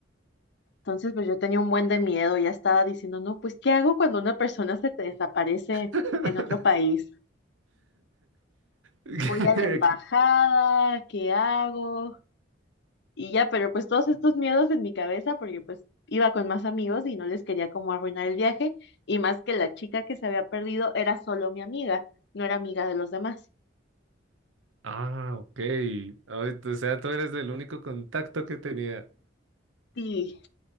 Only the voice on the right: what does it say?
<laughs>
¿Qué?
Ah, ok. Ay, O sea, tú eres el único contacto que tenía,